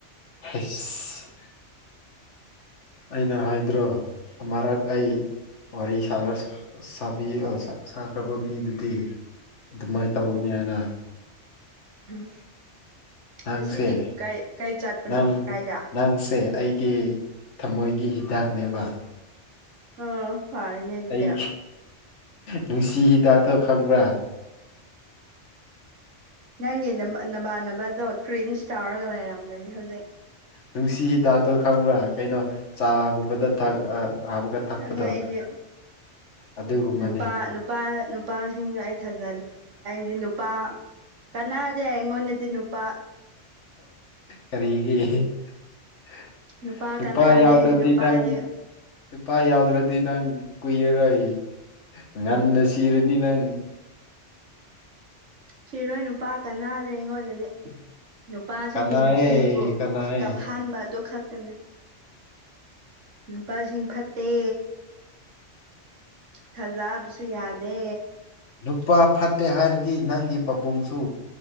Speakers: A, on the left; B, on the right.
A: ꯍꯁ ꯑꯩꯅ ꯍꯥꯏꯗ꯭ꯔꯣ ꯑꯃꯔꯛ ꯑꯩ ꯋꯥꯔꯤ ꯁꯥ ꯁꯥꯕꯤ ꯁꯥꯈ꯭ꯔꯕ ꯃꯤꯗꯨꯗꯤ ꯑꯗꯨꯃꯥꯏꯅ ꯇꯧꯒꯅꯤ ꯍꯥꯏꯅ
B: ꯎꯝ
A: ꯅꯪꯁꯦ
B: ꯉꯁꯤꯗꯤ ꯀ ꯀꯩ ꯆꯠꯄꯅꯣ
A: ꯅꯪ
B: ꯀꯥꯏꯗ
A: ꯅꯪꯁꯦ ꯑꯩꯒꯤ ꯊꯃꯣꯏꯒꯤ ꯍꯤꯗꯥꯛꯅꯦꯕ
B: ꯑꯣ ꯐꯔꯦꯅꯦ ꯑꯗꯨꯗꯤ
A: ꯑꯩ ꯅꯨꯡꯁꯤ ꯍꯤꯗꯥꯛꯇꯣ ꯈꯪꯕ꯭ꯔꯥ
B: ꯅꯪꯒꯤ ꯅ ꯅꯕꯥꯥꯟꯅꯕꯗꯣ ꯀ꯭ꯔꯤꯟ ꯇꯧꯔꯒ ꯂꯩꯔꯝꯒꯅꯤ ꯍꯧꯖꯤꯛ
A: ꯅꯨꯡꯁꯤ ꯍꯤꯗꯥꯛꯇꯣ ꯈꯪꯕ꯭ꯔꯥ ꯀꯩꯅꯣ ꯆꯥꯒꯨꯝꯕꯗ ꯊꯥꯛ ꯍꯥꯞꯄꯒ ꯊꯛꯄꯗꯣ
B: ꯈꯪꯉꯦ ꯑꯩꯗꯤ
A: ꯑꯗꯨꯒꯨꯝꯕꯅꯦ
B: ꯅꯨꯄꯥ ꯅꯨꯄꯥ ꯅꯨꯄꯥꯁꯤꯡꯗꯣ ꯑꯩ ꯊꯥꯖꯂꯦ ꯑꯩꯗꯤ ꯅꯨꯄꯥ ꯀꯅꯥꯗꯦ ꯑꯩꯉꯣꯟꯗꯗꯤ ꯅꯨꯄꯥ
A: ꯀꯔꯤꯒꯤ ꯔꯗꯨꯄꯥꯥꯏ
B: ꯅꯨꯄꯥ ꯀꯅꯥꯗꯦ
A: ꯌꯥꯎꯗꯗꯤ
B: ꯅꯨꯄꯥꯗꯤ
A: ꯅꯪ ꯅꯨꯨꯄꯥ ꯌꯥꯎꯗ꯭ꯔꯗꯤ ꯅꯪ ꯀꯨꯏꯔꯔꯣꯏ ꯉꯟꯅ ꯁꯤꯔꯅꯤ ꯅꯪ
B: ꯁꯤꯔꯣꯏ ꯅꯨꯄꯥ ꯀꯅꯥꯗ ꯑꯩꯉꯣꯟꯗꯗꯤ ꯅꯨꯄꯥꯁꯤꯡꯗꯤ
A: ꯀꯅꯥꯑꯦ
B: ꯅꯨꯄꯤꯕꯨ
A: ꯀꯅꯥꯑꯦ
B: ꯀꯞꯍꯟꯕ ꯑꯗꯨ ꯈꯛꯇꯅꯤ ꯅꯨꯄꯥꯁꯤ ꯐꯠꯇꯦ ꯊꯖꯕꯁꯨ ꯌꯥꯗꯦ
A: ꯅꯨꯄꯥ ꯐꯠꯇꯦ ꯍꯥꯏꯔꯗꯤ ꯅꯪꯒꯤ ꯄꯥꯕꯨꯡꯁꯨ